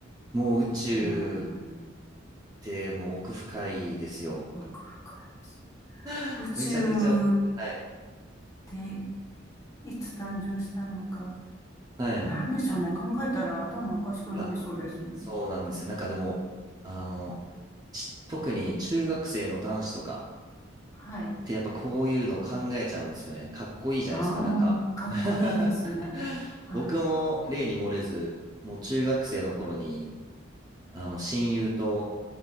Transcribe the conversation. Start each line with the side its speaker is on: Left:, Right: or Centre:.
Right: もう宇宙っ
Left: うーん。
Right: てもう奥深いですよ。
Left: 奥深いです。
Right: <laughs>
Left: 宇宙っ
Right: めちゃくちゃ奥深い。
Left: ていつ誕生したのか。
Right: はい。はい。
Left: なんでしょうね。
Right: い
Left: 考えたら頭おかしくなりそうですね。
Right: や、そうなんですよ。なんかでも、あの、ち特に中学生の男子とか、
Left: はい。
Right: てやっぱこういうのを考えちゃうんですよね。かっこいいじゃないですか、
Left: ああ、
Right: なんか。
Left: かっこいいですね。
Right: <laughs>
Left: はい。
Right: 僕も例に漏れず、もう中学生の頃に、あの、親友と